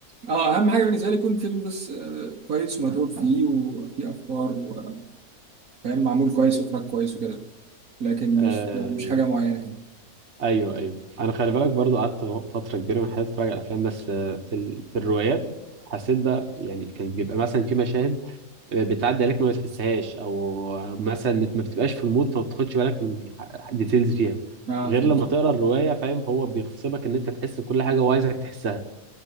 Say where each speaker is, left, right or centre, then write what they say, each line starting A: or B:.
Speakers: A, on the right; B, on the right.
A: اه اهم حاجه بالنسبه لي يكون فيلم بس آه، كويس ومتعوب فيه وفيه افكار وفاهم معمول كويس واخراج كويس وكده لكن
B: آه...
A: مش مش حاجه معينه يعني
B: ايوه ايوه انا خلي بالك برضو قعدت فتره كبيره من حياتي اتفرج على افلام بس آه، في ال... في الروايات حسيت بقى يعني كان بيبقى مثلا في مشاهد آه، بتعدي عليك ما بتحسهاش او مثلا ما بتبقاش في المود فما بتاخدش بالك من ديتيلز فيها
A: اه
B: غير
A: فهمت
B: لما تقرا الروايه فاهم هو بيغصبك ان انت تحس بكل حاجه وعايزك تحسها